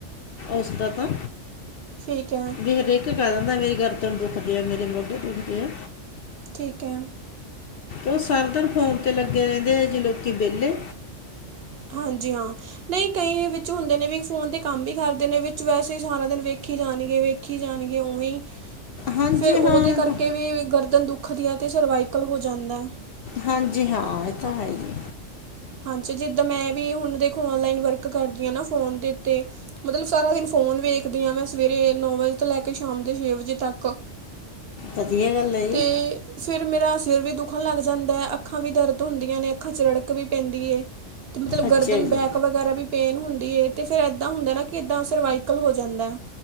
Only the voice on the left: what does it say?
ਐਸ ਦਾ ਤਾ
ਵੀ ਹਰੇਕ ਕਰ ਦਿੰਦਾ ਮੇਰੀ ਗਰਦ ਨੂੰ ਦੁਖਦੀ ਐ, ਮੇਰੇ ਮੋਢੇ ਦੁਖਦੇ ਐ।
ਓ ਸਾਰੇ ਦਿਨ ਫੋਨ ਤੇ ਲੱਗੇ ਰਹਿੰਦੇ, ਐਓ ਜੇ ਲੋਕੀ ਵੇਲੇ
ਹਾਂਜੀ
ਹਾਂ
ਇਹ
ਤਾਂ
ਹਾਂਜੀ ਹਾਂ ਇਹ ਤਾਂ ਹੈ ਜੀ।
ਵਧੀਆ ਗੱਲ ਹੈ ਜੀ
ਅੱਛਾ
ਜੀ